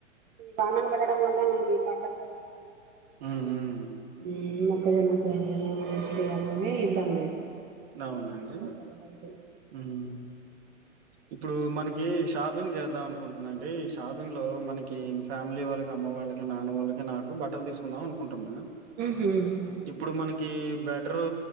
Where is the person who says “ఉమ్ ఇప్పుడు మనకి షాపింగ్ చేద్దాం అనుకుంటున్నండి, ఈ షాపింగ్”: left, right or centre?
Right